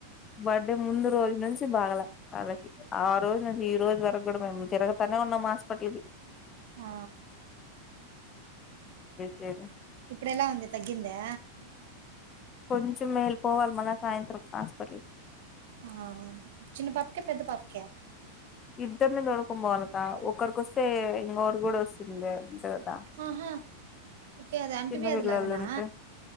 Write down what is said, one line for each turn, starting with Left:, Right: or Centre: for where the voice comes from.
Left: బ అంటే ముందు రోజు నుంచి బాగాల వాళ్ళకి ఆ రోజు నుంచి ఈ రోజు వరకు కూడా మేము తిరగతనే ఉన్నాం మాస్ ప లే
Right: ఆ
Left: సర <unintelligible>
Right: ఇప్పుడెలా ఉంది తగ్గిందా
Left: కొంచం మేల్ కోవాలి మళ సాయంత్రం కాస్పడ
Right: ఆ చిన్న పాపక పెద్ద పాపక
Left: ఇద్దరిని తోలుక పోవాలక ఒకరికిొస్తే ఇంకరి కూడా వస్తుంది అంత
Right: ఆహా ఓకే అది అంటువ్యాధి
Left: చిన్న పిల్లోళ్ళు
Right: లాగనా
Left: ఉంటే